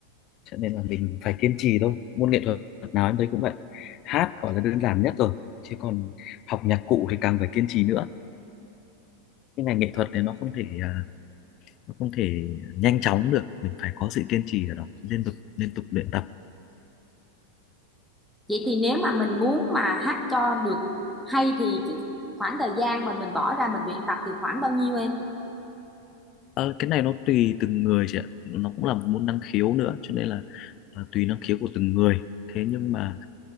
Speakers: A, on the left (about 35°); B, in the centre.
A: cho nên là mình phải kiên trì thôi môn nghệ thuật nào em thấy cũng vậy hát gọi là đơn giản nhất rồi chứ còn học nhạc cụ thì càng phải kiên trì nữa cái ngành nghệ thuật này nó không thể à, nó không thể nhanh chóng được mình phải có sự kiên trì ở đó liên tục liên tục luyện tập
B: Vậy thì nếu mà mình muốn mà hát cho được hay thì cái khoảng thời gian mà mình bỏ ra mình luyện tập thì khoảng bao nhiêu em?
A: Ờ, cái này nó tùy từng người chị ạ nó cũng là một môn năng khiếu nữa cho nên là à, tùy năng khiếu của từng người thế nhưng mà